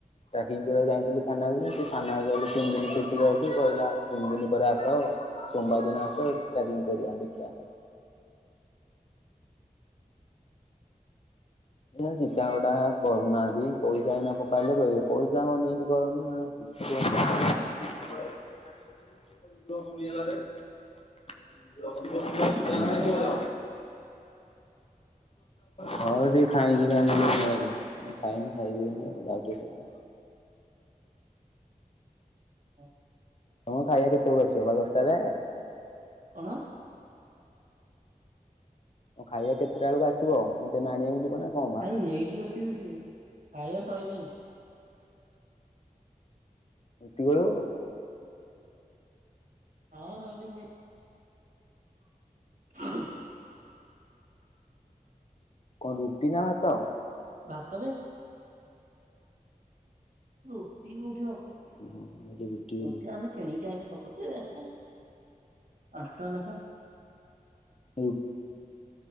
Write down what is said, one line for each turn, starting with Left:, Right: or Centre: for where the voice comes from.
Left: ଟ୍ରାକିଙ୍ଗ କରିବାକୁ ଯାଇଥିଲୁ ଥାନାକୁ ଯ ଥାନା କହିଲେ ତିନି ଦିନ ଛୁଟି ଯାଉଛି କହିଲା ତିନି ଦିନ ପରେ ଆସ ଆଉ ସୋମବାର ଦିନ ଆସ ଟ୍ରାକିଙ୍ଗ କରିବା ଦେଖିବା ଏଇ ହିସାବ ଟା କରୁନାହାନ୍ତି ପଇସା ଏୟିନା ଫୋପାଡିଲେ କହିବେ ପଇସା ହ ନେଇକି କରନ୍ତି ନା <inaudible> <unintelligible>
Right: କି ପଦ୍ଧତି ଆଇଲା
Left: ହଁ ସେ ଖାଇକି ଜାନ୍ତି କାହାକୁ କାହିଁକି ଖାଇବନି ଆଉ
Right: ହଁ
Left: ତମେ ଖାଇବା କେତେ କୁ ବାଛି ବା ଦଶଟାରେ
Right: କଣ?
Left: ହଉ ଖାଇବା କେତେଟା ବେଳକୁ ଆସିବ ନା ତମେ ଆଣିବାକୁ ଯିବ ନା? କଣ ବା
Right: ଖାଇବି ଏଇଠି ରୋଷେଇ ହଉଛି ଖାଇବା ସଇିଲାହିଁ।
Left: ଏତିକି ବେଳୁ।
Right: ହଁ ରହିଲି ଭାଇ। <inaudible>
Left: କଣ ରୁଟି ନା ଭାତ?
Right: ଭାତ ବେ। ରୁଟି କୋଉଠି ହବ
Left: ଓହୋ ମୁଁ ଭାବିଲି ବୋଲି
Right: ରୁଟି ଆମେ କିଣି ଅଇଁଲୁ ହ ପଛେ ହଁ ହଁ ପାଞ୍ଚ ଟଙ୍କା ନେଖା।
Left: <unintelligible>